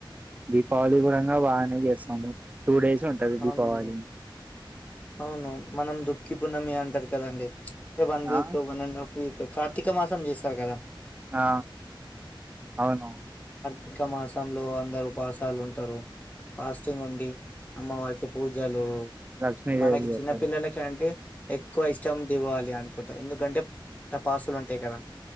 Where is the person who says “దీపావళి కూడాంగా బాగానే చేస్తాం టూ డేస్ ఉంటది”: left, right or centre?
Right